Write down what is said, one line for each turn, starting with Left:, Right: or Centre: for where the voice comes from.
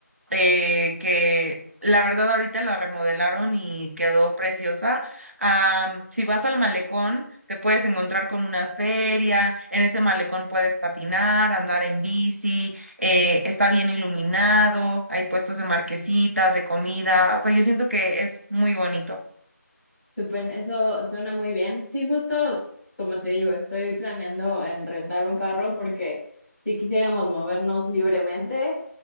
Right: eh, que la verdad ahorita la remodelaron y quedó preciosa. Am, si vas al malecón, te puedes encontrar con una feria, en ese malecón puedes patinar, andar en bici, eh, está bien iluminado, hay puestos de marquesitas, de comida, o sea, yo siento que es muy bonito.
Centre: Súper, eso suena muy bien. Sí, justo como te digo, estoy planeando en rentar un carro porque si quisiéramos movernos libremente